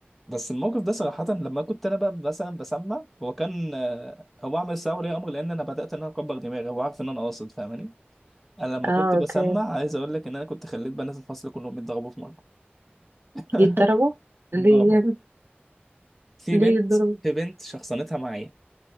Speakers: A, in the centre; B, on the right.
A: بس الموقف ده صراحة لما كنت أنا بقى مثلا بسمع هو كان آه هو عمل استدعاء ولي أمر لأن أنا بدأت إن أنا أكبر دماغي هو عارف إن أنا قاصد فاهماني أنا لما
B: اه
A: كنت بسمع
B: اوكي
A: عايز أقول لك إن أنا كنت خليت بنات الفصل كلهم يتضربوا في مرة <laughs>
B: يتضربوا
A: <coughs> يتضربوا
B: ليه يعني
A: في
B: ليه
A: بنت
B: يتضربوا
A: في بنت شخصنتها معايا